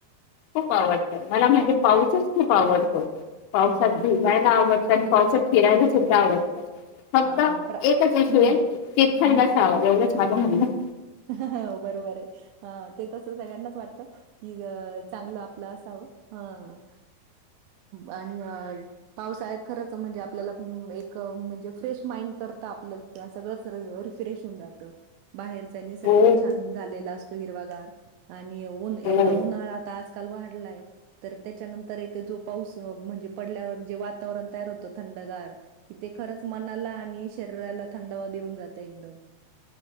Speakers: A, on the left (about 80°); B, on the right (about 80°).
A: खूप आवडतं मला माहिजे पावसच खूप आवडतो पावसात
B: हा
A: भिजायला आवडतं आणि पावसात फिरायला सुद्धा आवडत फक्त
B: हा प्र
A: एकच <unintelligible>
B: हम्म
A: माझ
B: हम्म.
A: <unintelligible>
B: हो बरोबर आहे ते तस सगळ्यांनाच वाटतं की चांगलं आपलं असावं हं आणि अ पावसाळ खरच म्हणजे आपल्याला एक म्हणजे फ्रेश माइंड कर <unintelligible> त्यांनी सारखं
A: हो
B: छान झालेला असत हिरवागार आणि येऊन एवढा
A: हो
B: उन्हाळा तर वाढलाय तर त्याच्यानंतर जो पाऊस म्हणजे पडल्यावर जे वातावरण तयार होतं थंड थंडार कि ते खरंच मनाला आणि शरीराला थंडावा देऊन जात एकदम